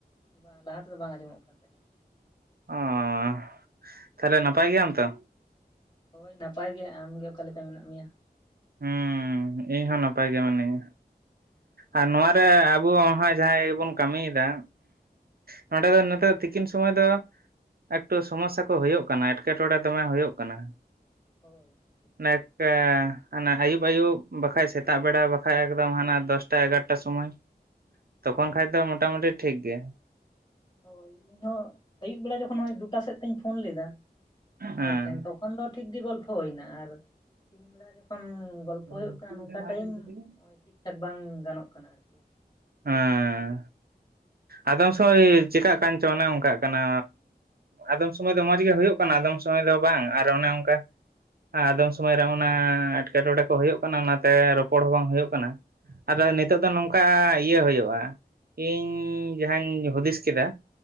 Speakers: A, on the left (about 30°); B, on the right (about 65°).
A: ᱵᱟᱝ ᱞᱟᱦᱟ ᱛᱮᱫᱚ ᱵᱟᱝ ᱟᱸᱡᱚᱢᱚᱜ ᱠᱟᱱ ᱛᱟᱦᱮᱸᱫ᱾
B: ᱚᱸ ᱛᱟᱦᱚᱞᱮ ᱱᱟᱯᱟᱭ ᱜᱮᱭᱟᱢ ᱛᱚ?
A: ᱦᱳᱭ ᱱᱟᱯᱟᱭ ᱜᱮ ᱟᱢ ᱜᱮ ᱚᱠᱟ ᱞᱮᱠᱟ ᱢᱮᱱᱟᱜ ᱢᱮᱭᱟ?
B: ᱦᱩᱸᱻ ᱤᱧ ᱦᱚᱸ ᱱᱟᱯᱟᱭ ᱜᱮ ᱢᱤᱱᱤᱧᱟ, ᱟᱨ ᱱᱚᱣᱟᱨᱮ ᱟᱵᱚ ᱦᱟᱜ ᱡᱟᱦᱟᱸᱭ ᱵᱚᱱ ᱠᱟᱹᱢᱤᱭᱮᱫᱟ ᱱᱚᱸᱰᱮ ᱫᱚ ᱱᱤᱛᱚᱜ ᱛᱤᱠᱤᱱ ᱥᱩᱚᱢᱚᱭ ᱫᱚ ᱮᱠᱴᱩ ᱥᱚᱢᱚᱥᱥᱟ ᱠᱚ ᱦᱩᱭᱩᱜ ᱠᱟᱱᱟ ᱮᱸᱴᱠᱮᱴᱚᱬᱮ ᱫᱚᱢᱮ ᱦᱩᱭᱩᱜ ᱠᱟᱱᱟ᱾
A: <inaudible>
B: <unintelligible> ᱦᱟᱱᱮ ᱟᱹᱭᱩᱵ ᱟᱹᱭᱩᱵ ᱵᱟᱠᱷᱟᱡ ᱥᱮᱛᱟᱜ ᱵᱮᱲᱟ ᱵᱟᱠᱷᱟᱡ ᱮᱠᱫᱚᱢ ᱦᱟᱱᱟ ᱫᱚᱥᱴᱟ ᱮᱜᱟᱨᱚᱴᱟ ᱥᱚᱢᱚᱭ, ᱛᱚᱠᱷᱚᱱ ᱠᱷᱟᱡ ᱫᱚ ᱢᱳᱴᱟ-ᱢᱩᱴᱤ ᱴᱷᱤᱠ ᱜᱮ᱾
A: ᱦᱳᱭ ᱤᱧ ᱦᱚᱸ ᱟᱹᱭᱩᱵ ᱵᱮᱲᱟ ᱡᱚᱠᱷᱚᱱ ᱱᱚᱜ-ᱚᱭ ᱫᱩᱴᱟ ᱥᱮᱫ ᱛᱤᱧ ᱯᱷᱳᱱ ᱞᱮᱫᱟ, ᱢᱤᱫ
B: ᱦᱮᱸ
A: ᱦᱚᱲ ᱴᱷᱮᱱ ᱛᱚ ᱛᱚᱠᱷᱚᱱ ᱫᱚ ᱴᱷᱤᱠ ᱜᱮ ᱜᱚᱞᱯᱷᱚ ᱦᱩᱭᱱᱟ ᱟᱨ ᱥᱤᱧ ᱵᱮᱲᱟ ᱡᱚᱠᱷᱚᱱ ᱜᱚᱞᱯᱷᱚ
B: ᱦᱮᱸ
A: ᱦᱩᱭᱩᱜ ᱠᱟᱱᱟ ᱱᱚᱝᱠᱟ ᱴᱟᱭᱤᱢ ᱱᱚᱜ-ᱚᱭ ᱴᱷᱤᱠ ᱴᱷᱟᱠ ᱵᱟᱝ ᱜᱟᱱᱚᱜ ᱠᱟᱱᱟ ᱟᱨ ᱠᱤ,
B: ᱦᱮᱸ ᱟᱫᱚᱢ ᱥᱚᱢᱚᱭ ᱪᱮᱠᱟᱜ ᱠᱟᱱ ᱪᱚ ᱚᱱᱮ ᱚᱱᱠᱟᱜ ᱠᱟᱱᱟ᱾ ᱟᱫᱚᱢ ᱥᱚᱢᱚᱭ ᱫᱚ ᱢᱚᱸᱡᱽ ᱜᱮ ᱦᱩᱭᱩᱜ ᱠᱟᱱᱟ ᱟᱫᱚᱢ ᱥᱚᱢᱚᱭ ᱫᱚ ᱵᱟᱝ ᱟᱨ ᱚᱱᱮ ᱚᱱᱠᱟ, ᱟᱫᱚᱢ ᱥᱚᱢᱚᱭ ᱨᱮ ᱚᱱᱟ ᱮᱴᱠᱮᱴᱚᱬᱮ ᱠᱚ ᱦᱩᱭᱩᱜ ᱠᱟᱱᱟ ᱚᱱᱟᱛᱮ ᱨᱚᱯᱚᱲ ᱦᱚᱸ ᱵᱟᱝ ᱦᱩᱭᱩᱜ ᱠᱟᱱᱟ᱾ ᱟᱫᱚ ᱱᱤᱛᱚᱜ ᱫᱚ ᱱᱚᱝᱠᱟ ᱟᱡ ᱤᱭᱟᱹ ᱦᱩᱭᱩᱜᱼᱟ ᱤᱧ ᱡᱟᱦᱟᱸᱧ ᱦᱩᱫᱤᱥ ᱠᱮᱫᱟ